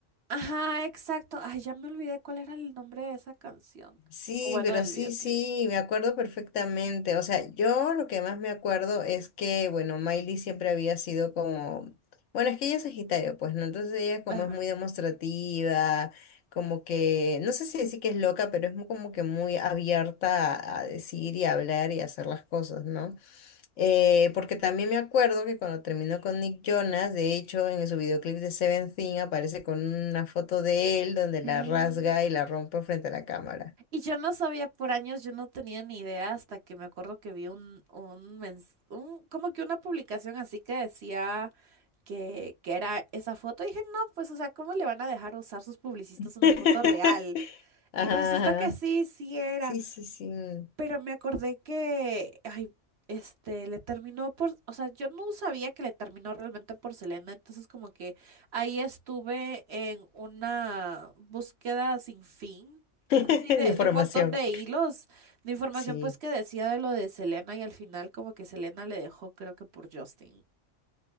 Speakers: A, on the right; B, on the left.
A: Ajá, exacto. Ay, ya me olvidé cuál era el nombre de esa canción.
B: Sí,
A: O bueno,
B: pero
A: del
B: sí,
A: videoclip.
B: sí, me acuerdo perfectamente. O sea, yo lo que más me acuerdo es que, bueno, Miley siempre había sido como, bueno, es que ella es Sagitario, pues, ¿no? Entonces ella como
A: Ajá.
B: es muy demostrativa, como que, no sé si decir que es loca, pero es mu- como que muy abierta a a decir y a hablar y a hacer las cosas, ¿no? Eh, porque también me acuerdo que cuando terminó con Nick Jonas, de hecho, en su videoclip de Seventeen aparece con una foto de él donde
A: sí.
B: la rasga y la rompe frente a la cámara.
A: Y yo no sabía por años, yo no tenía ni idea hasta que me acuerdo que vi un, un, mens- un- como que una publicación así que decía que, que era esa foto. Y dije, no, pues, o sea, ¿cómo le van a dejar usar sus publicistas
B: <laughs>
A: una foto real?
B: Ajá,
A: Y resulta
B: ajá.
A: que sí, sí era.
B: Sí, sí, sí. <laughs>
A: Pero me acordé que, ay, este, le terminó por, o sea, yo no sabía que le terminó realmente por Selena, entonces como que ahí estuve en una búsqueda sin fin, así
B: De
A: de,
B: información.
A: de un montón de hilos de información
B: Sí.
A: pues que decía de lo de Selena y al final como que Selena le dejó creo que por Justin.